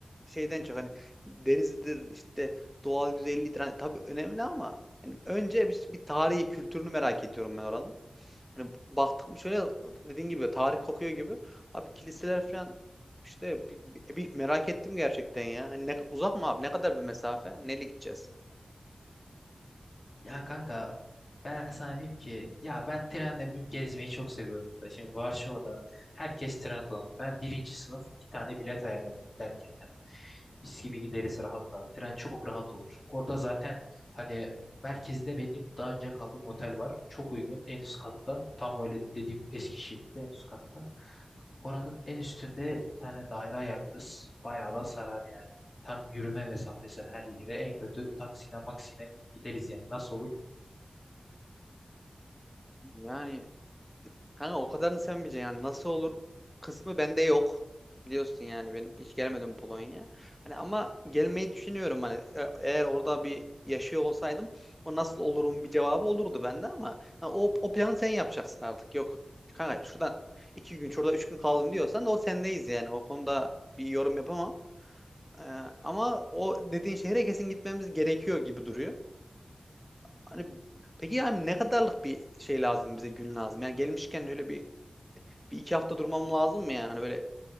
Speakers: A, in the centre; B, on the left.
A: şeyden çok hani denizidir işte doğal güzelliğidir. Hani tabii önemli ama yani önce bir, bir tarihi kültürünü merak ediyorum ben oranın. Hani baktık mı şöyle dediğin gibi tarih kokuyor gibi. Abi kiliseler falan işte bir, bir- merak ettim gerçekten ya. Hani ne, uzak mı abi? Ne kadar bir mesafe? Neyle gideceğiz?
B: Ya kanka ben sana diyeyim ki ya ben trenle bir gezmeyi çok seviyorum burada. Şimdi Varşova'da herkes tren kullanır. Ben birinci sınıf iki tane bilet ayarlarım giderken. Mis gibi gideriz rahat rahat. Tren çok rahat olur. Orada zaten hani merkezde benim daha önce kaldığım otel var. Çok uygun. En üst katta. Tam öyle dediğim Eskişehir'de en üst katta. Oranın en üstünde bir tane daire ayarlarız. Bayağı da sarar yani. Tam yürüme mesafesi her yere. En kötü taksiyle maksiyle gideriz yani. Nasıl olur?
A: Yani Kanka o kadarını sevmeyeceksin yani nasıl olur kısmı bende yok. Biliyorsun yani ben hiç gelemedim Polonya. Hani ama gelmeyi düşünüyorum hani E- eğer orada bir yaşıyor olsaydım o nasıl olurum bir cevabı olurdu bende ama ha, o, o planı sen yapacaksın artık. Yok kanka şurada iki gün şurada üç gün kaldım diyorsan da o sendeyiz yani o konuda bir yorum yapamam. Ee, ama o dediğin şehre kesin gitmemiz gerekiyor gibi duruyor. Hani peki yani ne kadarlık bir şey lazım bize gün lazım? Yani gelmişken öyle bir bir iki hafta durmam lazım mı yani? Hani böyle